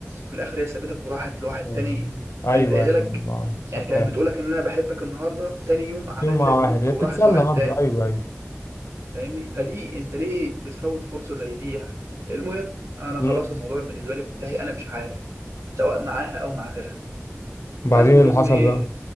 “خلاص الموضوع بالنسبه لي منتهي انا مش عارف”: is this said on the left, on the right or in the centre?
Right